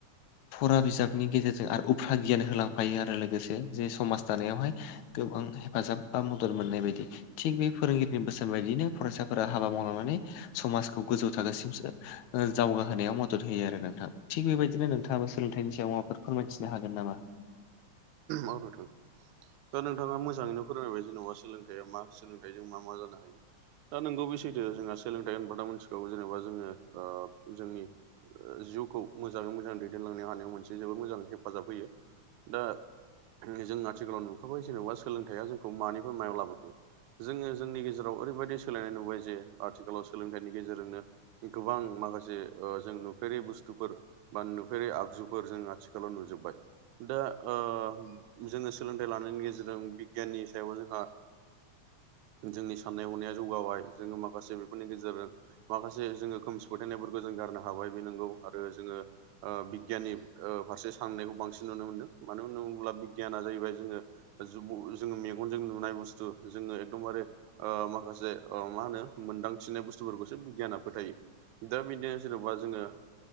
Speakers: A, on the left; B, on the right.
A: फरा बिजाबनि गेजेरजों आरो गियान होलांफायो आरो लोगोसे जे समाज दानायावहाय गोबां हेफाजाब बा मदद मोननाय बायदि थिग बे फोरोंगिरिनि बोसोन बायदियनो फरायसाफोरा हाबा मावलांनानै समाजखौ गोजौ थाखोसिमसो जावगाहोनायाव मदद होयो आरो नोंथां थि बेबायदिनो नोंथाङाबो सोलोंथाइनि सायाव माबाफोर फोरमायथिनो हागोन? <unintelligible>
B: औ नोंथां। दा नोंथाङा मोजाङैनो फोरोंबाय जेनेबा सोलोंथाइया मा सोलोंथाइजों मा मा जानो हायो दा नोंगौ बे सैथो जोंहा सोलोंथाइ होनबादा मोनसिखौ जेनेबा जोङो जोंनि जिउखौ मोजाङै मोजां दैदेनलांनो हानायाव मोनसे जोबोद मोजां हेफाजाब होयो दा जों आथिखालाव नुखाबाय जेनेबा सोलोंथाइया जोंखौ मानिफ्राय मायाव लाबोखो जोङो जोंनि गेजेराव ओरैबायदि सोलायनाय नुबाय जे आथिखालाव सोलोंथाइनि गेजेरजोंनो गोबां माखासे जों नुफेरि बुस्थुफोर बा नुफेरै आगजुफोर जों आथिखालाव नुजोब्बाय दा ओ जोङो सोलोंथाइ लानायनि गेजेरजों बिगियाननि सायाव जोंहा जोंनि साननाय हनाया जौगाबाय जोङो माखासे बेफोरनि गेजेरजों माखासे जोङो खोमसि फोथायनायफोरखौ जों गारनो हाबाय बे नंगौ आरो जोङो ओ बिगियाननि फारसे साननायखौ बांसिन नुनो मोनदों मानो होन अब्ला बिगियाना जाहैबाय जोङो जोङो मेगनजों नुनाय बुस्थु जोङो एखदमबारे ओ माखासे मा होनो मोन्दांथिनाय बुस्थुफोरखौसो बिगियाना फोथायो दा बिदिनो जेन'बा जोङो